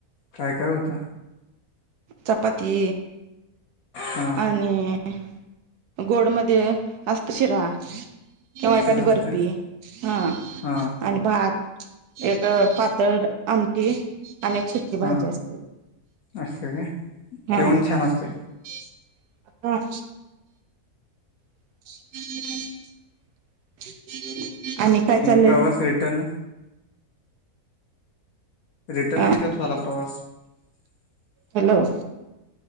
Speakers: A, on the left; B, on the right.
A: काय काय होत
B: चपाती
A: हा
B: आणि गोड म असत शिरा किव्हा
A: शिरा
B: एखादी बर्फी
A: असतोय
B: हा
A: हा
B: आणि, भात एक पातळ आमटी, अनेक सुिककी
A: हा
B: भाजी असते.
A: असतय काय
B: हा,
A: जेवण छान असतय
B: <unintelligible> ह <unintelligible> आणि काय चालेय?
A: प्रवास रिटर्न रिटर्न
B: अ
A: किती वाजता झाला प्रवास <unintelligible>
B: हॅलो